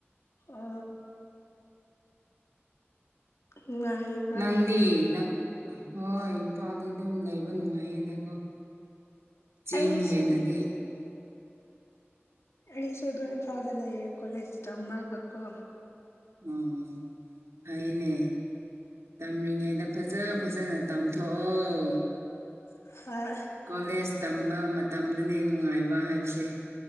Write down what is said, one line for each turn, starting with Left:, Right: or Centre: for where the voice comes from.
Left: ꯑ ꯅꯨꯡꯉꯥꯏ
Right: ꯅꯪꯗꯤꯪ ꯍꯣꯏ ꯏꯝꯐꯥꯜꯗꯤ ꯑꯗꯨꯝ ꯂꯩꯕ ꯅꯨꯡꯉꯥꯏꯌꯦꯗꯀꯣ ꯆꯤꯡ
Left: ꯑꯩꯁꯨꯅꯤ
Right: ꯍꯦꯟꯅꯗꯤ
Left: ꯑꯩꯁꯨ ꯑꯗꯨꯝ ꯏꯝꯐꯥꯜꯗ ꯂꯩꯌꯦ ꯀꯣꯂꯦꯖ ꯇ ꯑꯃꯔ ꯈꯛꯀꯣ
Right: ꯑꯣ ꯐꯥꯏꯅꯦ ꯇꯝꯔꯤꯉꯩꯗ ꯐꯖ ꯐꯖꯅ ꯇꯥꯝꯊꯣꯛꯑꯣ
Left: ꯍꯥ
Right: ꯀꯣꯂꯦꯖ ꯇꯝꯕ ꯃꯇꯝꯗꯅꯦ ꯅꯨꯡꯉꯥꯏꯕ ꯍꯥꯏꯕꯁꯦ